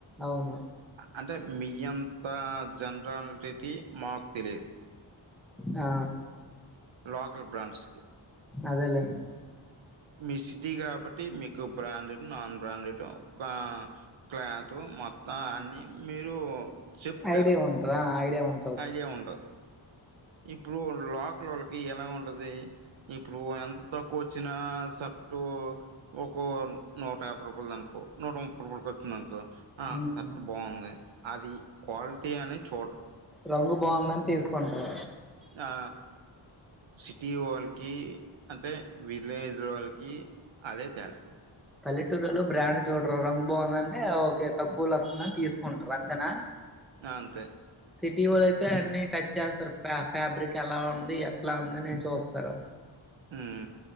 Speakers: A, in the centre; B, on the right (about 70°).
A: అవును
B: అంటే మీ అంత జనరాలిటీకి మాకు తెలిదు
A: ఆ
B: లోకల్ బ్రాడ్స్కి
A: అదేలేండి
B: మీ సిటీ కాబట్టి మీకు బ్రాండెడ్ నాన్ బ్రాండెడ్ ఒక క్లాత్ మొత్తం అన్ని మీరు చెప్తారు
A: ఐడియా ఉంటదా ఐడియా ఉం
B: ఐడియా ఉంటదు ఇప్పుడు లోకలోళ్ళకి ఎలా ఉంటది ఇప్పుడు ఎంత తక్కువొచ్చినా షర్టు ఒకో నూట యాభై రూపాయలదనుకో నూట ముప్పై రూకొచ్చిందనుకో అ
A: ఉమ్
B: షర్ట్ బాగుంది అది క్వాలిటీ అని చూడరు
A: రంగు బాగుందని తీసు కొన్ట్రు
B: ఆ సిటీ ఓల్ కి అంటే విలేజ్ వాళ్ళకి అదే తేడా
A: పల్లెటూరోళ్లు బ్రాండ్ చూడరు రంగు బాగుందంటే ఆ ఓకే తక్కువులొ ఒస్తుందని తీసుకుంటరు అంతేనా
B: అ అంతే
A: సిటీ వలయితే అన్ని టచ్చేస్తరు ఫ్యా ఫ్యాబ్రిక్ ఎలా ఉంది ఎట్లా ఉందనీ చూస్తరు
B: ఊమ్